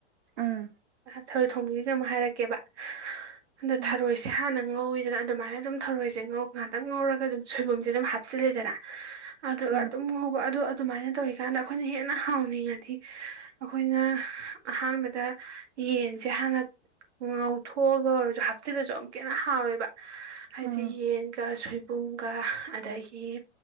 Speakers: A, on the right; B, on the right.
A: ꯑꯥ
B: ꯊꯔꯣꯏ ꯊꯣꯡꯕꯒꯤꯁꯨ ꯑꯃꯨꯛ ꯍꯥꯏꯔꯛꯀꯦꯕ ꯑꯗ
A: ꯑꯥ
B: ꯊꯥꯔꯣꯏꯁꯦ ꯍꯥꯟꯅ ꯉꯧꯋꯤꯗꯅ ꯑꯗꯨꯃꯥꯏꯅ ꯑꯗꯨꯝ ꯊꯧꯔꯣꯏꯁꯦ ꯉꯧ ꯉꯥꯛꯇꯪ ꯉꯧꯔꯒ ꯑꯗꯨꯝ ꯁꯣꯏꯕꯨꯝꯁꯦ ꯑꯗꯨꯝ ꯍꯥꯞꯆꯤꯜꯂꯦꯗꯅ ꯑꯗꯨꯒ
A: ꯑꯥ
B: ꯑꯗꯨꯝ ꯉꯧꯕ ꯑꯗꯨ ꯑꯗꯨꯃꯥꯏꯅ ꯇꯧꯔꯤꯀꯥꯟꯗ ꯑꯩꯈꯣꯏꯅ ꯍꯦꯟꯅ ꯍꯥꯎꯅꯤꯡꯉꯗꯤ ꯑꯩꯈꯣꯏꯅ ꯑꯍꯥꯟꯕꯗ ꯌꯦꯟꯁꯦ ꯍꯥꯟꯅ ꯉꯧꯊꯣꯛꯑꯒ ꯑꯣꯏꯔꯁꯨ ꯍꯥꯞꯆꯤꯜꯂꯁꯨ ꯑꯃꯨꯛꯀ ꯍꯦꯟꯅ ꯍꯥꯎꯋꯦꯕ ꯍꯥꯏꯗꯤ
A: ꯑꯥ
B: ꯌꯦꯟ ꯁꯣꯏꯕꯨꯝꯒ ꯑꯗꯒꯤ